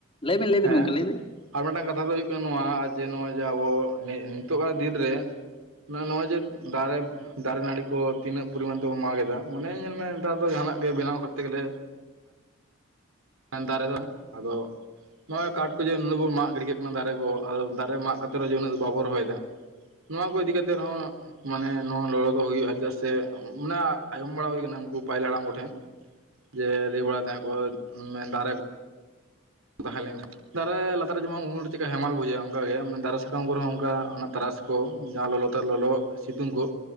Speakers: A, on the left; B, on the right.
A: ᱞᱟᱹᱭᱵᱤᱱ ᱞᱟᱹᱭᱵᱤᱱ
B: ᱦᱮᱸ
A: ᱜᱚᱢᱠᱮ ᱞᱟᱹᱭᱵᱤᱱ
B: ᱟᱨ ᱢᱤᱫᱴᱟᱝ ᱠᱟᱛᱷᱟ ᱫᱚ ᱦᱩᱭᱩᱜ ᱠᱟᱱᱟ ᱱᱚᱣᱟ ᱡᱮ ᱱᱚᱜᱼᱚᱭ ᱡᱮ ᱟᱵᱚ ᱱᱤᱛᱚᱜᱟᱜ ᱫᱤᱱᱨᱮ ᱱᱚᱜ ᱱᱚᱣᱟ ᱡᱮ ᱫᱟᱨᱮ ᱫᱟᱨᱮ ᱱᱟᱲᱤ ᱠᱚ ᱛᱤᱱᱟᱹ ᱯᱚᱨᱤᱢᱟᱱ ᱛᱮᱵᱚ ᱢᱟᱜ ᱮᱫᱟ ᱢᱟᱱᱮ ᱧᱮᱞ ᱢᱮ ᱱᱮᱛᱟᱨ ᱫᱚ ᱡᱟᱦᱟᱱᱟᱜ ᱜᱮ ᱵᱮᱱᱟᱣ ᱠᱚᱨ ᱛᱮ ᱜᱮᱞᱮ ᱢᱮᱱ ᱫᱟᱨᱮ ᱫᱚ ᱟᱫᱚ ᱱᱚᱜᱚᱭ ᱠᱟᱴ ᱠᱚ ᱡᱮ ᱱᱤᱱᱟᱹᱜ ᱵᱚ ᱢᱟᱜ ᱜᱤᱰᱤ ᱠᱮᱫ ᱠᱟᱱᱟ ᱫᱟᱨᱮ ᱠᱚ ᱟᱫᱚ ᱫᱟᱨᱮ ᱢᱟᱜ ᱠᱟᱛᱮ ᱨᱮᱦᱚ ᱩᱱᱟᱹᱜ ᱵᱟᱵᱚᱱ ᱨᱚᱦᱚᱭ ᱮᱫᱟ ᱱᱚᱣᱟ ᱠᱚ ᱤᱫᱤ ᱠᱟᱛᱮᱜ ᱨᱮ ᱦᱚᱸ ᱢᱟᱱᱮ ᱱᱚᱣᱟ ᱞᱚᱞᱚ ᱫᱚ ᱦᱩᱭᱩᱜ-ᱟ ᱪᱮᱫᱟᱜ ᱥᱮ ᱢᱟᱱᱮ ᱟᱸᱡᱚᱢ ᱵᱟᱲᱟ ᱦᱩᱭ ᱟᱠᱟᱱ ᱩᱱᱠᱩ ᱯᱟᱹᱦᱤᱞ ᱦᱟᱲᱟᱢ ᱠᱚ ᱴᱷᱮᱱ ᱡᱮ ᱞᱟᱹᱭ ᱵᱟᱲᱟᱭ ᱛᱟᱦᱮᱸᱫ ᱠᱚ ᱫᱟᱨᱮ ᱠᱚ ᱛᱟᱦᱮᱸ ᱞᱮᱱᱠᱷᱟᱱ ᱫᱟᱨᱮ ᱞᱟᱛᱟᱨ ᱨᱮ ᱡᱮᱢᱚᱱ ᱩᱢᱩᱞ ᱨᱮ ᱪᱤᱠᱟ ᱦᱮᱢᱟᱞ ᱵᱩᱡᱷᱟᱹᱜ-ᱟ ᱚᱱᱠᱟ ᱜᱮ ᱢᱟᱱᱮᱟ ᱨᱮ ᱥᱟᱠᱟᱢ ᱠᱚᱨᱮ ᱦᱚᱸ ᱚᱱᱠᱟ ᱚᱱᱟ ᱛᱟᱨᱟᱥ ᱠᱚ ᱡᱟ ᱞᱚᱞᱚ ᱛᱮ ᱞᱚᱞᱚ ᱥᱤᱛᱩᱝ ᱠᱚ